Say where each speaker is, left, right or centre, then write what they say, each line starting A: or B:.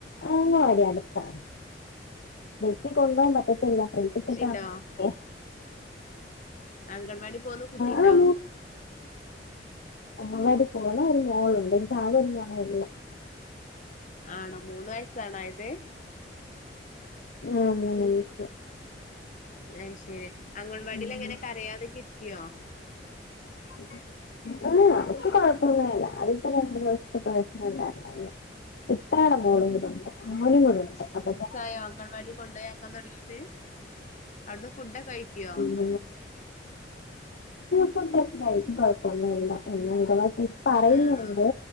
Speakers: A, on the left (about 65°); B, on the left (about 45°).
A: അങ്ങവാടി അടുത്താണ് ബെസി കൊണ്ടുൻ പറ്റ ല്ല ഫ്രീ ടിക്കറ്റ്
B: ണ്ടോ
A: ആണേ <unintelligible>
B: അംഗൻവാടി പോകുന്ന കുട്ടിണ്ടോ?
A: ആഹ് അങ്ങവാടി പോണ ഒരു മോളുണ്ട് എനിക്ക്‌ ആകെ ഒരു മോളെ ഉള്ള്
B: ആണോ മൂന്ന് വയസ്സാണോ ആയത്
A: ആഹ് മൂന്ന് വയസ്
B: അയിശെരി അഗൺവാടിലെങ്ങനെ
A: ഉം
B: കരയാതൊക്കെ ഇരിക്ക്വോ
A: <inaudible> ആഹ് അവക്ക് കൊഴപ്പോന്നില്ല അതിപ്പം രണ്ടു ദിവസത്തെ പ്രശ്നം ഇണ്ടായിരുന്നുള്ളു എട മോളും കൂടെ ഒണ്ട് മോനും കൂടെ ഒണ്ട് അപ്പൊതന്നെ
B: ആയോ അംഗൺവാഡി കൊണ്ടയാക്കൻ തുടങ്ങിട്ട് അവിടുന്ന് ഫുഡൊക്കെ കഴിക്കുവോ
A: <unintelligible> ആ സ്വന്തൊക്ക ആയിരിക്കും കൊഴപ്പൊന്നുല്ല <unintelligible> പറയുന്നുണ്ട്
B: ആണോ